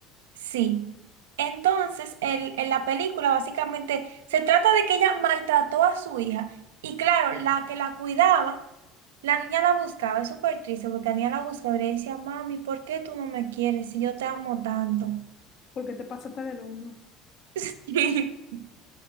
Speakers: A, on the right; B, on the left.
A: Sí. Entonces, el- en la película básicamente se trata de que ella maltrató a su hija y claro, la que la cuidaba, la niña la buscaba, es súper triste porque la niña la buscaba y le decía, mami, ¿por qué tú no me quieres si yo te amo tanto?
B: porque te pasaste del horno.
A: <laughs>